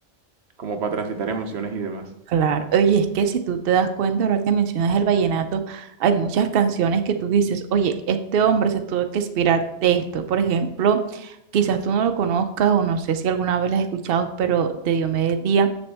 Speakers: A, on the right; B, on the right.
A: Como para transitar emociones y demás.
B: Claro, oye, es que si tú te das cuenta, ahora que mencionas el vallenato, hay muchas canciones que tú dices, oye, este hombre se tuvo que inspirar de esto. Por ejemplo, quizás tú no lo conozcas o no sé si alguna vez la has escuchado, pero de Diomedes Díaz